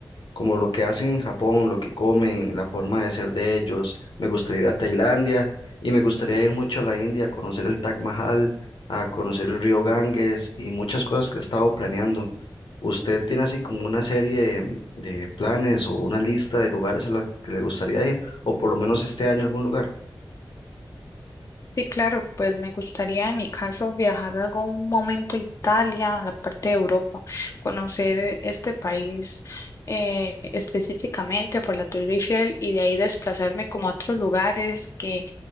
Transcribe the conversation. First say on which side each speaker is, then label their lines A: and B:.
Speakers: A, on the left; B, on the left.
A: como lo que hacen en Japón, lo que comen, la forma de ser de ellos. Me gustaría ir a Tailandia y me gustaría ir mucho a la India a conocer el Taj Mahal, a conocer el río Ganges y muchas cosas que he estado planeando. ¿Usted tiene así como una serie de de planes o una lista de lugares a los que le gustaría ir o por lo menos este año algún lugar?
B: Sí, claro, pues me gustaría en mi caso viajar algún momento a Italia, a la parte de Europa, conocer este país. eh, específicamente por la Torre Eiffel y de ahí desplazarme como a otros lugares que